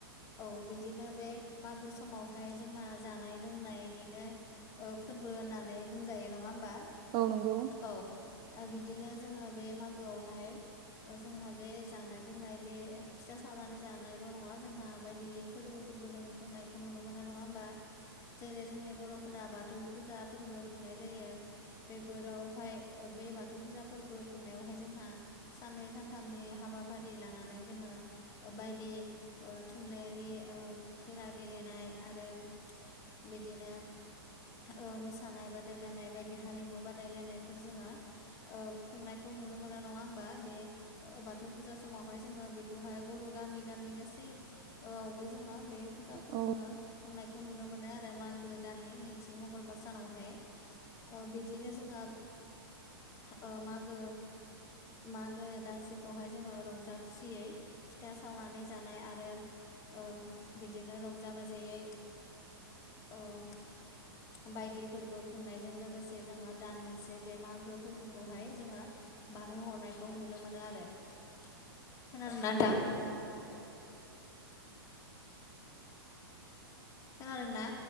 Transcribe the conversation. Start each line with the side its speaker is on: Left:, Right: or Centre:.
Left: औ बिदिनो बे मागो समावहाय जोंहा जानाय लोंनायनिनो। ओ फोरबो होननानै बुंजायो नङा होमबा।
Right: ओ नंगौ।
Left: औ आ बिदिनो जोङो बे मागोआवहाय ओ जोंहा बे जानाय लोंनाय बे फिथा सावनानै जानायल' नङा जोंहा बायदि फोरबोफोरबो जों खुंनायखौ नुनो मोनो नङा होमबा। जेरै-जोंनि बर'फोरा बाथौ। बाथौ फुजा फोरबो खुंनाय जायो बेफोरावहाय ओ बे बाथौ फुजा फोरबो खुंनायावहाय जोंहा साननै सानथामनि हाबाफारि लानानै जोङो ओ बायदि ओ थुनलाइयारि ओ खेला गेलेनाय आरो बिदिनो ओ मोसानाय बादायलायनाय बायदि हारिमु बादायलायनाय फोर जोङो ओ खुंनायखौ नुनो मोनो नङा होनबा बे बाथौ फुजा समावहाय जोङो बेखौहाय बर' गामि गामि गासैआवबो जोङो बे। फुजाखौ
Right: औ
Left: जोङो खुंनायखौ नुनो मोनो आरो मागो दाननि नैथि मंगलबार सानावहाय ओ बिदिनो जोङो ओ मागो मागो दानसखौहाय जोङो रंजा खुसियै फिथा सावनानै जानाय आरो ओ बिदिनो रंजा बाजायै ओम बायदि फोरबो खुंनायजों लोगोसे जोङो दान मोनसे बे मागो फोरबो खौहाय जोङो बारहोहरनायखौ नुनो मोनो आरो। खोनादोंना नोंथां? खोनादों ना?